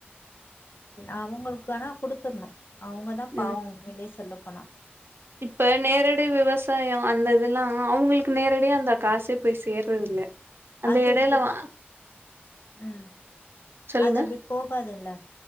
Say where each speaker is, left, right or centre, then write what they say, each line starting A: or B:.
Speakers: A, on the left; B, on the right.
A: அவுங்களுக்கு ஆனா குடுத்துர்னு அவ்ங்க தா பாவ
B: ம்
A: உண்மைலே சொல்லப்போனா
B: இப்ப நேரடி விவசாய அந்த இதெல்லா அவுங்களுக்கு நேரடியா அந்த காசே போய் சேர்றதில்ல அந்த
A: அது
B: எடைல
A: அப்டி
B: வா
A: ம்
B: சொல்லுங்க
A: அது அப்டி போகாதுல்ல